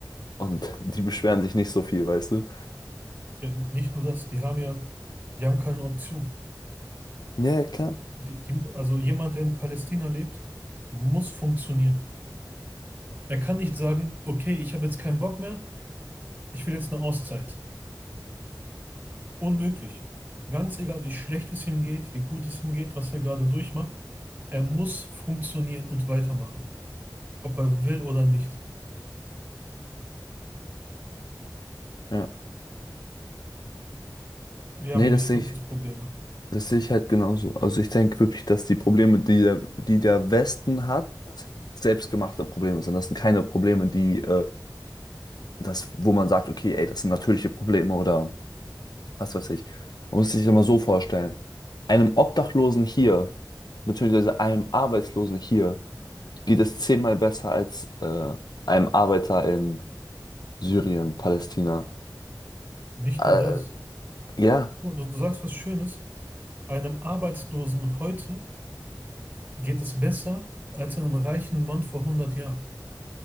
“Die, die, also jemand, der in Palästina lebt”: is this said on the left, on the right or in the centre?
Right